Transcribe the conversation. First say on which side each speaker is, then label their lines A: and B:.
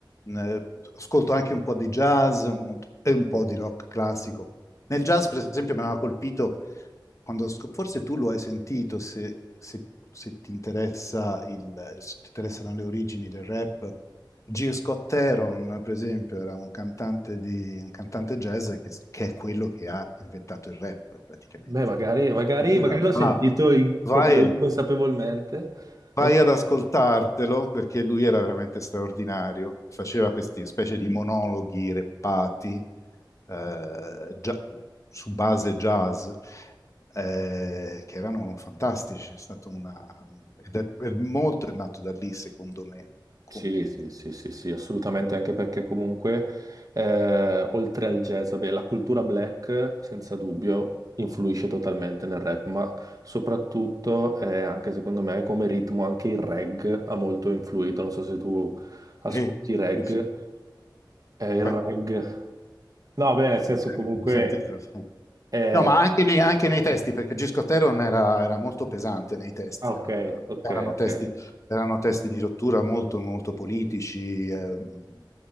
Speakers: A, on the left (about 40°); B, on the right (about 45°).
A: Mm, Ascolto anche un po' di jazz molto- e un po' di rock classico. Nel jazz, per esempio, mi aveva colpito quando, sc- forse tu lo hai sentito, se, se- se ti interessa il- se ti interessano le origini del rap. G. Scott Heron, per esempio, era un cantante, di, un cantante jazz che, che è quello che ha inventato il rap, praticamente.
B: Beh, magari, magari,
A: Era
B: magari l'ho
A: bravo.
B: sentito in-
A: Vai,
B: proprio inconsapevolmente.
A: vai
B: Ma-
A: ad ascoltartelo perché lui era veramente straordinario. Faceva queste specie di monologhi reppati eh, gia- su base jazz eh, che erano fantastici. È stato una, un- ed è, è molto è nato da lì, secondo me. Come...
B: Sì, sì, sì, sì, sì, assolutamente, anche perché comunque, eh, oltre al jazz, vabbè, la cultura black, senza dubbio, influisce totalmente nel rap, ma soprattutto, eh, anche secondo me, come ritmo, anche il reg ha molto influito. Non so se tu ascolti
A: Sì,
B: reg,
A: sì, sì.
B: eh, il reg.
A: Beh,
B: No, beh, nel senso
A: eh,
B: comunque...
A: lo sentite?
B: eh,
A: No, ma anche nei, anche nei testi, perché Gisco Teron era, era molto pesante nei testi,
B: Ah, ok,
A: era-
B: ok,
A: erano testi,
B: ok.
A: erano testi di rottura molto, molto politici, ehm,